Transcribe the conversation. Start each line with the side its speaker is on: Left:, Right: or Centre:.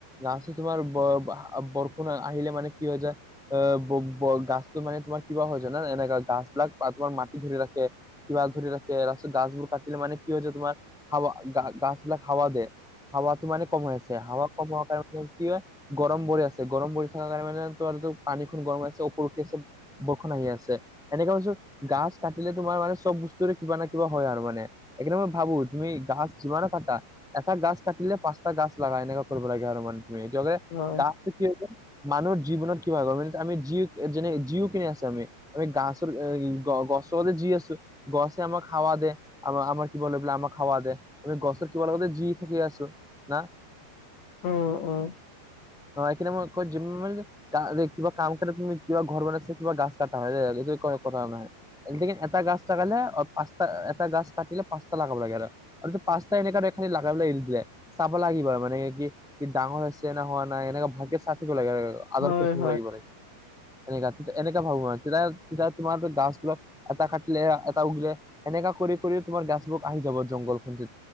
Centre: গাছে তোমাৰ বৰ আহ বৰষুণ আহিলে মানে কি হৈ যায় এ ব-ব গাছটো মানে তোমাৰ কিবা হয় জানা এনে গাছ বিলাকে <unintelligible> মাটি ধৰি ৰাখে। কিবা ঘূৰি ৰাখে তাৰপিছত গাছবোৰ কাটিলে মানে কি হয় হৈছে তোমাৰ হাৱা গাছবিলাক হাৱা দিয়ে। হাৱাটো মানে কমা হৈ আছে হাৱা কম হোৱাৰ কাৰণে কি হয় গৰম পৰি আছে গৰম পৰি থকা কাৰণে মানে তোমাৰটো পানীখন গৰম হৈ আছে উপৰ উঠি আছে। বৰষুণ আহি আছে, এনেকা <unintelligible> গছ কাটিলে তোমাৰ মানে চব বস্তুৰে কিবা না কিবা হয় আৰু মানে। এই কাৰণে মই ভাবোঁ তুমি গাছ যিমানে কাটা এটা গাছ কাটিলে পাঁচটা গাছ লাগা এনেকা কৰিব লাগে আৰু মানে তুমি <unintelligible>
Left: হয়
Centre: গাছটো কি মানুহৰ জীৱনত কি হয় গম পাইছা আমি যি যেনে <unintelligible> আছে আমি, আমি গাছৰ গ-গছৰ যে যি আছিল, গছে আমাক হাৱা দে। আমাৰ, আমাৰ কি বোলে আমাক হাৱা দে আমি গছৰ <unintelligible> না
Left: উম, উম।
Centre: অ' এইখিনি মই ক'ত জিম মাৰি <inaudible> <unintelligible> কিবা কাম কাৰণে তুমি কিবা ঘৰ বনাইছে কিবা গাছ কাটা হয় <unintelligible> আজিকালি এটা গাছ লাগালে পাঁচটা এটা গাছ কাটিলে পাঁচটা লাগাব লাগে আৰু। আৰুটো পাঁচটা এনেকা তাইপ সেই লাগা <unintelligible> চাব লাগিব আৰু মানে কি, কি ডাঙৰ হৈছে নে হোৱা নাই এনেকে ভালকে চা
Left: হয় হয়।
Centre: <unintelligible> এনেকা, এনেকা ভাবো মই আৰু তেতিয়া, তেতিয়া তোমাৰটো গাছ অলপ এটা কাটলে এটা উগলে এনেকা কৰি, কৰি তোমাৰ গাছবোৰ আহি যাব জংঘলখন য